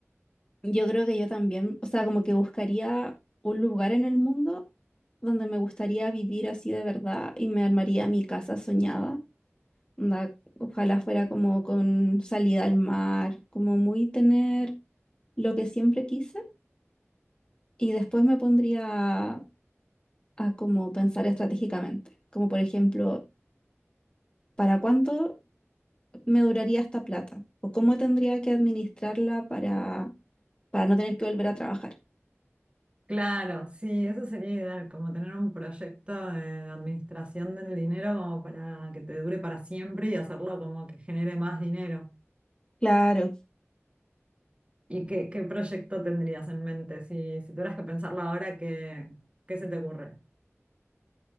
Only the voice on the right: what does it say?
Claro, sí, eso sería ideal, como tener un proyecto de administración del dinero como para que te dure para siempre y hacerlo como que genere más dinero.
¿Y qué, qué proyecto tendrías en mente? Si, si tuvieras que pensarlo ahora, ¿qué, qué se te ocurre?